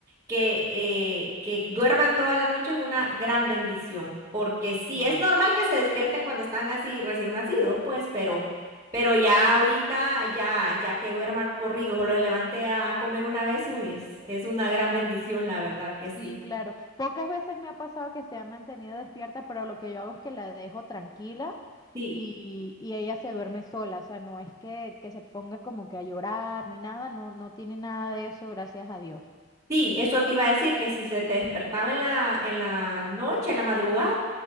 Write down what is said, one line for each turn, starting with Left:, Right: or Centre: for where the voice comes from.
Right: que, eh, que duerman toda la noche es una gran bendición, porque sí,
Left: Sí.
Right: es normal que se despierten cuando están así recién nacidos, pues, pero,
Left: Claro.
Right: pero ya ahorita, ya, ya que duerma corridos o los levante a comer una vez, uy, es, es una gran bendición, la verdad que sí.
Left: Sí, claro. Pocas veces me ha pasado que se ha mantenido despierta, pero lo que yo hago es que la dejo tranquila
Right: Sí,
Left: y, y ella se duerme sola. O sea, no es que, que se ponga como que a llorar ni nada, no, no tiene nada de eso, gracias a Dios.
Right: sí, eso te iba a decir, que si se te despertaba en la, en la noche, en la madrugada,